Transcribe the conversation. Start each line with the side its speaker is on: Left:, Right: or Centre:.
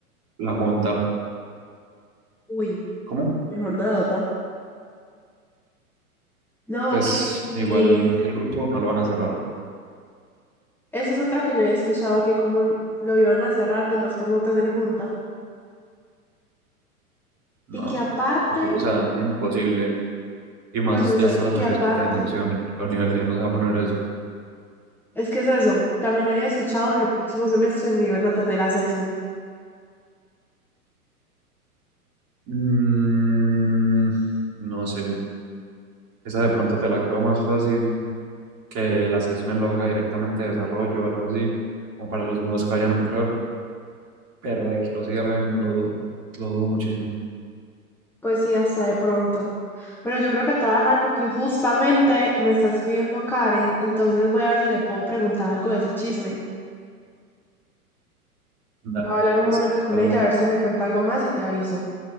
Right: la junta.
Centre: Uy,
Right: ¿Cómo?
Centre: mejor nada, Dota. No,
Right: Pues
Centre: que sí.
Right: igual el grupo no lo van a cerrar.
Centre: Esa es otra que yo había escuchado, que como lo iban a cerrar, de más por no tener junta.
Right: No,
Centre: Y que aparte,
Right: pues, o sea, es imposible. Y más
Centre: pues no
Right: ya
Centre: sé,
Right: estando
Centre: y que
Right: tan
Centre: aparte,
Right: cerquita de inducción, la universidad no se va a poner a eso.
Centre: es que es eso, también había escuchado que el próximo semestre ni iban a tener assessment.
Right: Mm, no sé. Esa de pronto te la creo más fácil que la CESMEN lo haga directamente de desarrollo o algo así, como para los nuevos que vayan a entrar. Pero de que lo cierren, lo dudo, lo dudo muchísimo.
Centre: Pues sí, hasta de pronto. Pero yo creo que te voy a dejar porque justamente me está escribiendo Karen, entonces voy a ver si le puedo preguntar algo de ese chisme.
Right: Da-
Centre: Voy a hablar
Right: dale
Centre: un
Right: pues,
Centre: momento con
Right: hablamos.
Centre: ella, a ver si me cuenta algo más y te aviso.